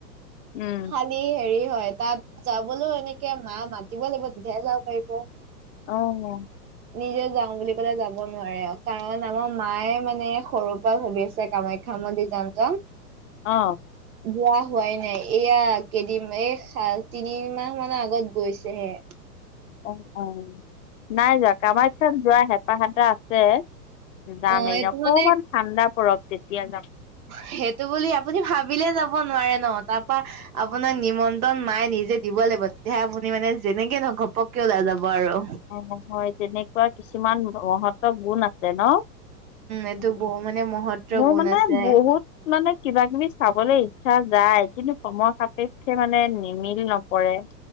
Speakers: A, on the left; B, on the right.
A: উম।
B: খালি হেৰি হয় তাত যাবলৈও এনেকে মা মাতিব লাগিব তেতিয়াহে যাব পাৰিব।
A: অ'।
B: নিজে যাও বুলি কলে যাব নোৱাৰে আও কাৰণ আমাৰ মায়ে মানে সৰুৰ পৰা ভাবি আছে কামা খ্যা মন্দিত যাম যাম।
A: অ।
B: যোৱা হোৱাই নাই এয়া কেইদিম এ তিনি মাহ মানৰ আগত গৈছেহে।
A: অ অ নাই যোৱা কামাখ্যাত যোৱা হেঁপাহ এটা আছে। যাম
B: অ
A: <inaudible>
B: এইটো
A: অকমান
B: মানে
A: ঠাণ্ডা পৰক তেতিয়া যাম।
B: সেইটো বুলি আপুনি ভাবিলে যাব নোৱাৰে ন তাপা। আপোনাক নিমন্ত্ৰণ মাই নিজে দিব লাগিব তেতিয়াহে আপুনি মানে যেনেকে নহক ঘপককে ওলাই যাব আৰু।
A: অ হয় তেনেকুৱা কিছুমান মহত গুণ আছে ন।
B: এইটো
A: উম
B: ব মানে মহত্ব
A: মোৰ
B: গুণ
A: মানে
B: আছে
A: বহু মানে কিবা কিবি চাবলে ইচ্ছা যায় কিন্তু সময় সাপেক্ষে মানে নিমিল নপৰে।